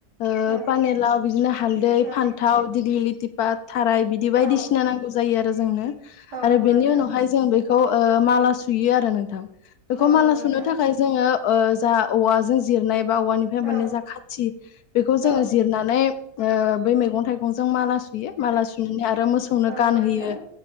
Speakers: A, on the left; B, on the right.
A: ओ
B: औ
A: पानिलाव बिदिनो हालदै
B: औ
A: फान्थाव दिगलि लिथिपात थाराय बिदि बायदिसिना
B: औ
A: नांगौ जायो आरो जोंनो
B: औ
A: आरो
B: नंगौ
A: बेनि
B: नोंथां
A: उनावहाय जों बे खौ ओ माला सुयो आरो नोंथां बेखौ
B: औ नंगौ
A: माला
B: नोंथां
A: सुनो थाखाय जोङो ओ जा औवाजों जिरनाय बा औवानिफ्राय मोने
B: औ
A: जा खाथि बेखौ
B: औ
A: जोङो जिरनानै ओ बै मैगं थाइगं जों माला थुयो माला सुनानै आरो मोसौनो
B: औ नंगौ
A: गानहोयो
B: नोंथां